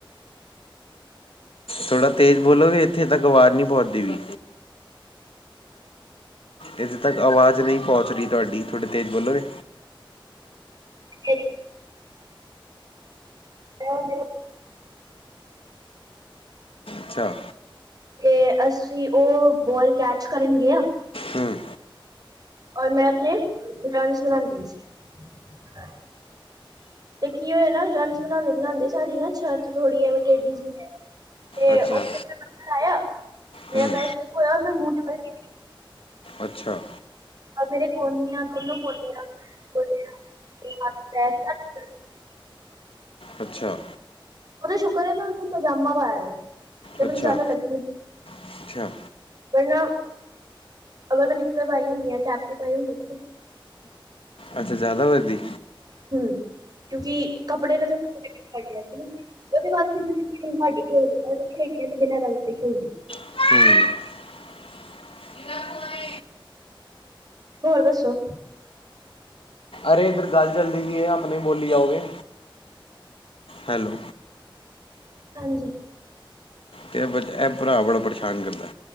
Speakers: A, on the left; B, on the right.
A: ਥੋੜ੍ਹਾ ਤੇਜ਼ ਬੋਲੋਗੇ ਇੱਥੇ ਤੱਕ ਆਵਾਜ਼ ਨਹੀਂ ਪਹੁੰਚਦੀ ਪਈ ਇੱਥੇ ਤੱਕ ਆਵਾਜ਼ ਨਹੀਂ ਪਹੁੰਚ ਰਹੀ ਤੁਹਾਡੀ, ਥੋੜ੍ਹੇ ਤੇਜ਼ ਬੋਲੋ ਗੇ
B: ਮ ਮ <unintelligible>
A: ਅੱਛਾ
B: ਤੇ ਅਸੀਂ ਉਹ ਬੋਲ ਕੈਚ ਕਰਨ ਗਿਆ
A: ਹੂੰ
B: ਔਰ ਮੈਂ ਆਪਣੇ ਫਰੈੰਡਸ <unintelligible> ਤੇ ਕੀ ਹੋਇਆ ਨਾ ਰੰਚ ਬਣਾਉਂਦੇ -ਬਣਾਦੇ ਸਾਡੀ ਨਾ ਛੱਤ ਥੋੜ੍ਹੀ ਜੀ ਟੇਡੀ ਜਿਹੀ ਹੈ ਤੇ
A: ਅੱਛਾ
B: ਉਸ ਮੈਂ ਪੱਥਰ ਆਇਆ, ਤੇ ਮੇਰਾ
A: ਹੂੰ
B: ਪੈਰ ਸਿਲਿਪ ਹੋਇਆ ਮੈਂ ਮੂੰਹ ਦੇ ਬਲ ਗਿਰ ਗਈ
A: ਅੱਛਾ
B: ਤੇ ਮੇਰੇ ਕੋਨੀਆਂ ਦੋਨੋ ਕੋਨੀਆਂ ਕੋਲੀਆਂ ਤੇ ਸ <unintelligible>
A: ਅੱਛਾ
B: ਉਹਦਾ ਸ਼ੁਕਰ ਹੈ ਮੈਂ ਉਸ ਦਿਨ ਪਜਾਮਾ ਪਾਇਆ ਤੇ ਮੈਨੂੰ
A: ਅੱਛਾ
B: ਜ਼ਿਆਦਾ ਲੱਗੀ ਨਹੀਂ
A: ਅੱਛਾ
B: ਵਰਨਾ <inaudible> ਅਗਰ ਮੈਂ ਨਿਕਰ ਪਾਈ ਹੁੰਦੀ, ਜਾ ਕੈਪਰੀ ਪਾਈ ਹੁੰਦੀ
A: ਅੱਛਾ ਜ਼ਿਆਦਾ ਵਜੀ
B: ਹਮ ਕਿਉਂਕਿ ਕੱਪੜੇ ਪੜਿਆ ਸੀ ਉਹਦੇ ਬਾਅਦ ਫ ਤੁਹਾਡੀ ਖੇ ਖੇਡ ਤੇ ਬਿਨਾਂ ਰਲ ਤੇ ਹੀ ਖੇਡਦੇ <inaudible>
A: <unintelligible>
B: ਹੋਰ ਦੱਸੋ
A: ਅਰੇ ਇੱਧਰ ਗੱਲ ਜਲਦੀ ਪਈ ਹੈ। ਆਪਣੇ ਬੋਲੀ ਜਾਓਗੇ ਹੈਲੋ
B: ਹਾਂਜੀ
A: ਤੇ ਬ ਇਹ ਭਰਾ ਬੜਾ ਪਰੇਸ਼ਾਨ ਕਰਦਾ